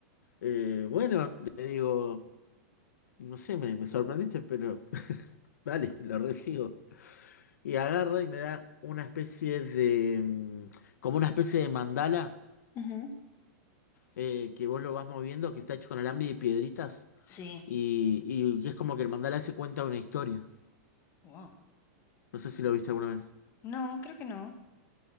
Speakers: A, on the left; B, on the left.
A: "Eh, bueno, le digo, no sé, me, me sorprendiste, pero <laughs> vale, lo recibo. Y agarra y me da una especie de, mm, como una especie de mandala
B: Ujú.
A: eh, que vos lo vas moviendo, que está hecho con alambre y piedritas,
B: sí,
A: y, y es como que el mandala se cuenta una historia.
B: wow.
A: No sé si lo viste alguna vez.
B: No, creo que no.